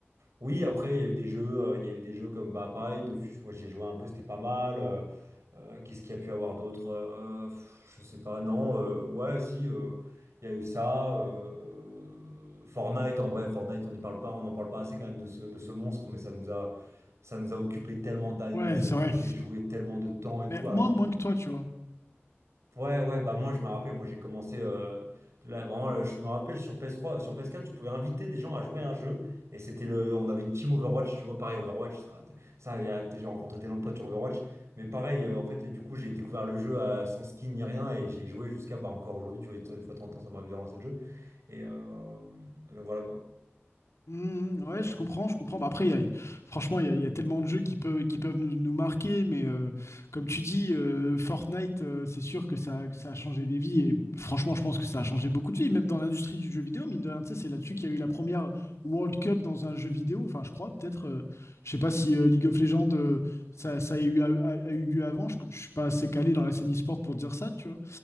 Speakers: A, on the right; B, on the left.
A: oui, après, il y a eu des jeux, euh, il y a eu des jeux comme bah pareil, Dofus, moi j'ai joué un peu, c'était pas mal. euh, euh, qu'est-ce qu'il y a pu avoir d'autre? Euh, pff, je sais pas, non, euh, ouais, si. euh, il y a eu ça. euh, Fortnite, en vrai, Fortnite, on n'y parle pas, on n'en parle pas assez quand même de ce, de ce monstre, mais ça nous a, ça nous a occupé tellement d'années,
B: Ouais,
A: ça
B: c'est
A: nous
B: vrai.
A: a fait jouer tellement de temps et tout.
B: Mais
A: Alors,
B: moi, moins que toi, tu vois.
A: ouais, ouais, bah moi, je me rappelle, moi, j'ai commencé, euh, là, vraiment, là, je me rappelle sur PS3, sur PS4, tu pouvais inviter des gens à jouer à un jeu, et c'était le, on avait une team Overwatch, tu vois, pareil, Overwatch, ça, ça, il y a- j'ai rencontré tellement de potes sur Overwatch, mais pareil, euh, en fait, et du coup, j'ai découvert le jeu euh, sans skin ni rien, et j'ai joué jusqu'à, bah, encore aujourd'hui, tu vois, une fois de temps en temps, ça m'arrive de relancer le jeu. Et euh, et donc voilà quoi.
B: Mhm, ouais, je comprends, je comprends. Bah, après, il y a- franchement, il y a, il y a tellement de jeux qui peuvent, qui peuvent nous, nous marquer, mais euh, comme tu dis, euh, Fortnite, euh, c'est sûr que ça, que ça a changé des vies. Et franchement, je pense que ça a changé beaucoup de vies, même dans l'industrie du jeu vidéo. Mine de rien, tu sais, c'est là-dessus qu'il y a eu la première World Cup dans un jeu vidéo. Enfin, je crois, peut-être. euh, je sais pas si euh, League of Legends, euh, ça, ça a eu, a, a- a eu lieu avant. Je, je suis pas assez calé dans la scène e-sport pour dire ça, tu vois.